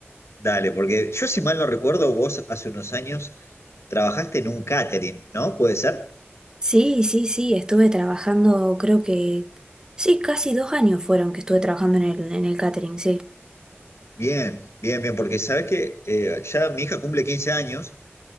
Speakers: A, on the left (about 80°); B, on the right (about 15°).
A: Dale, porque yo si mal no recuerdo, vos hace unos años trabajaste en un catering, ¿no? ¿Puede ser?
B: Sí, sí, sí, estuve trabajando, creo que... Sí, casi dos años fueron que estuve trabajando en el, en el catering, sí.
A: Bien, bien, bien, porque sabes que eh, ya mi hija cumple 15 años